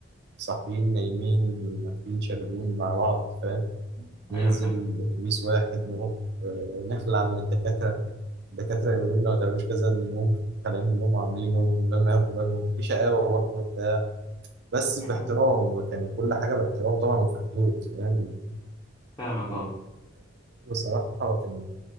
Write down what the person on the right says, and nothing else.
صاحيين نايمين واكلين شاربين مع بعض فاهم ننزل
اتوبيس واحد نروح آه، نخلع عن الدكاتره الدكاتره يقولوا لنا ما تعملوش كذا نقوم خالعين منهم عاملينه من غير ما ياخدوا بالهم في شقاوه برضه بس
باحترام وكان كل حاجة باحترام طبعا وفي حدود فاهم
يعني
بصراحة كان